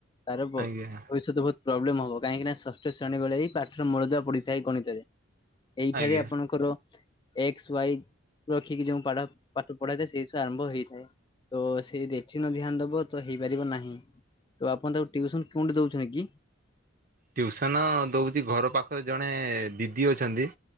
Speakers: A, on the left (about 20°); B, on the right (about 40°).
A: ତାର ଭ
B: ଆଜ୍ଞା ଆଜ୍ଞା
A: ଭବଷ୍ୟତ ପ୍ରୋବ୍ଲେମ୍ ହେବ କାହିଁକି ନା ଷଷ୍ଠ ଶ୍ରେଣୀେ ବେଳେ ହି ପାଠର ମୂଳଦୁଆ ପଡ଼ିଥାଏ ଗିତରେ। ଏଇଠାରେ
B: ଆଜ୍ଞା।
A: ଆପଣଙ୍କର ଏକ୍ସ ୱାଇ ରଖିକି ଯୋଉ ପାଡ ପାଠ ପଢାଯାଏ ସେଇସବୁ ଆରମ୍ଭ ହେଇଥାଏ। ତୋ ସେ ଯଦି ଏଠି ନ ଧ୍ୟାନ ଦବ ତ ହେଇପାରିବ ନାହିଁ। ତ ଆପଣ ତାକୁ ଟିଉସନ କେଉଁଠି ଦେଉଛନ୍ତି କି?
B: ଟ୍ୟୁସନ ଦଉଛି ଘର ପାଖରେ ଜଣେ ଦିଦି ଅଛନ୍ତି